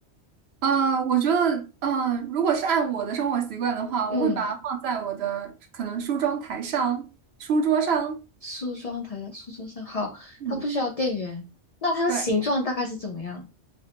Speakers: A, on the right (about 70°); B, on the left (about 75°).
A: 呃，我觉得，呃，如果是按我的生活习惯的话，
B: 嗯。
A: 我会把它放在我的可能梳妆台上、书桌上。
B: 梳妆台的书桌上，好，
A: 嗯，
B: 它不需要电源。那它的形状大概是怎么样？
A: 对，